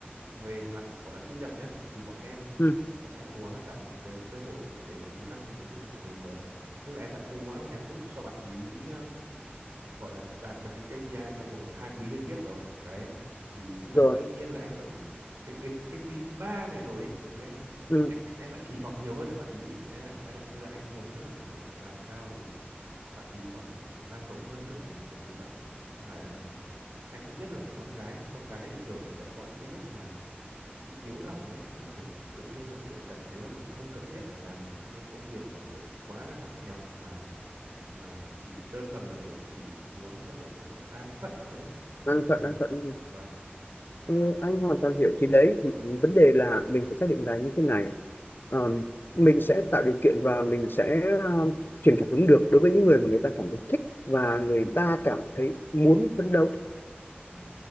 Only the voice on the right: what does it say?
về mặt gọi là thu nhập nhá thì bọn em
đã cố gắng là tạo một cái cơ hội để bạn ý tăng được cái thu nhập của mình rồi tức là em đã cố gắng là em giúp cho bạn ý ờ, gọi là đạt được cái KPI trong vòng hai quý liên tiếp rồi đấy thì nhưng mà
tuy nhiên là em vẫn cái đến cái quý thứ ba này rồi ấy thì em
em em lại kỳ vọng nhiều hơn ở bạn ý ấy. nên là anh ạ nên là em muốn là kiểu làm sao để bạn ý còn phải kiểu năng nổ hơn nữa ấy, kiểu như vậy mà anh cũng biết là kiểu con gái mà con gái thì thường là sẽ có những cái lúc mà bị yếu lòng ấy là kiểu tự nhiên là kiểu cảm thấy là mình không cần thiết phải làm những cái công việc mà kiểu quá là nặng nhọc mà mà chỉ đơn thuần là kiểu chỉ muốn gọi là kiểu an phận thôi ấy, kiểu
như
thế
vâng
vâng